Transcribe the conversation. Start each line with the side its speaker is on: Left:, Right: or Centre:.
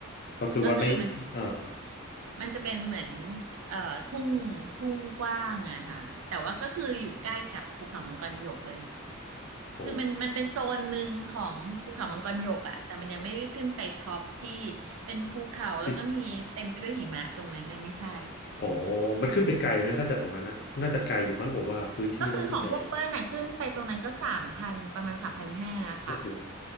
Left: ก็คือว่าไม่อ่า
Right: ก็คือมันมันจะเป็นเหมือนเอ่อทุ่งทุ่งกว้างอะค่ะแต่ว่าก็คืออยู่ใกล้กับภูเขามังกรหยกเลย
Left: โอ้
Right: คือมันมันเป็นโซนหนึ่งของภูเขามังกรหยกอะแต่มันยังไม่ได้ขึ้นไปท็อปที่เป็นภูเขาแล้วก็มีเต็มไปด้วยหิมะตรงนั้นน่ะไม่ใช่
Left: ที่อ๋อ
Right: อืม
Left: มันขึ้นไปไกลไหม ถ้าจากตรงนั้นน่ะ น่าจะไกลอยู่มั้งผมว่าพื้นที่น่าจะใหญ่
Right: ก็คือของพวกเปิ้ลน่ะขึ้นไปตรงนั้นก็สามพันประมาณสามพันห้าค่ะ
Left: โอ้โห